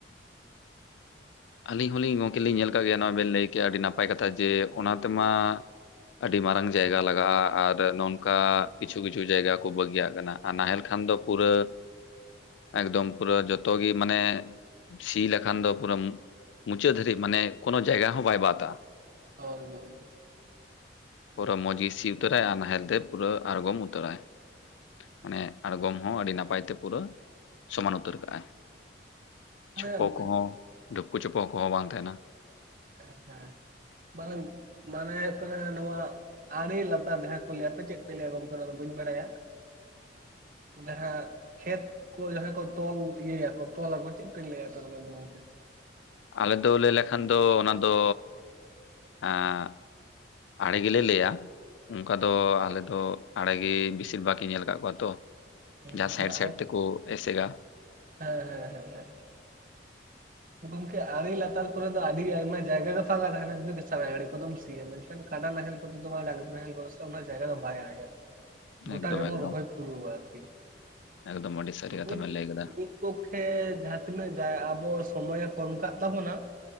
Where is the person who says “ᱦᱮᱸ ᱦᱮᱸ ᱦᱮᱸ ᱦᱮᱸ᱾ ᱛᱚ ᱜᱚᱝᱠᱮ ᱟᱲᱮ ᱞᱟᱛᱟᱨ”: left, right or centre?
Right